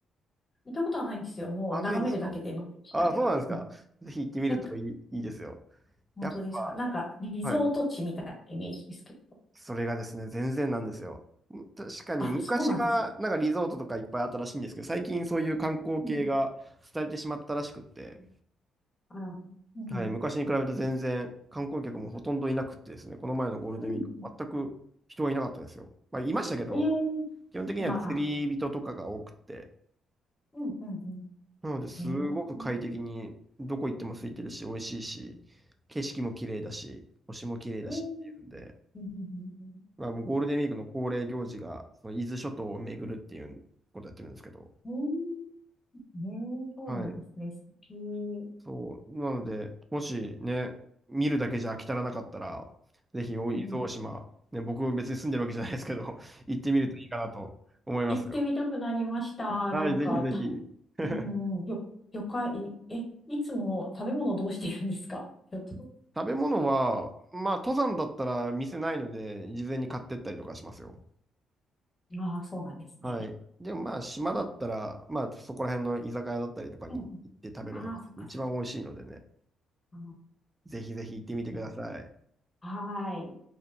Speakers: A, on the left; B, on the right.
A: う。行ったことはないんですよ。もう眺めるだけで満足しちゃうんで。
B: あ、ないですかあ、そうなんですか。
A: うん
B: ぜひ行ってみるといい、
A: なんか、
B: いいですよ。
A: 本当ですか。
B: やっぱ、
A: なんか、リゾート地みたいなイメージですけど。
B: はいそれがですね、全然なんですよ。確かに昔はなんかリゾートとかいっぱいあったらしいんですけど、
A: あ、そうなんです。
B: 最近そういう観光系が伝えてしまったらしくって、
A: うんあら、うん、
B: はい、昔に比べて全然観光客もほとんどいなくってですね、この前のゴールデンウィーク、
A: うん、
B: 全く人はいなかったですよ。まあ、いましたけど、
A: ええまあ、
B: 基本的には釣り人とかが多くて、
A: うん、うん、うん、
B: なのですごく快適にどこ行っても空いてるし、
A: へえ、うん、
B: 美味しいし、景色も綺麗だし、星も綺麗だしっていうんで、
A: うん、うん、
B: まあ、もうゴールデンウィークの恒例行事が、その伊豆諸島を巡るっていうことやってるんですけど、
A: うん、ねえ、そうなんですね、
B: はい。
A: 素敵。う
B: そう。なので、もしね、見るだけじゃ飽き足らなかったら、ぜひ、お伊豆大島、
A: ん、うん。
B: ね、僕別に住んでるわけじゃないですけど、<laughs> 行ってみるといいかなと思いますよ。
A: 行ってみたくなりました。
B: はい、
A: なんか、
B: ぜひぜひ。
A: た、
B: <laughs>
A: うんうん、よ、魚介、え、いつも食べ物どうしてるんですかちょっと。
B: 食べ物は、まあ、登山だったら店ないので、事前に買ってったりとかしますよ。
A: ああ、そうなんですね。
B: はい。でもまあ、島だったら、
A: いや
B: まあ、そこら辺の居酒屋だったりとかに行って食べるのが一番美味しいのでね。
A: うんうん、ああ、そっかそっか。あの、
B: ぜひぜひ行ってみてください。
A: いや、はーい。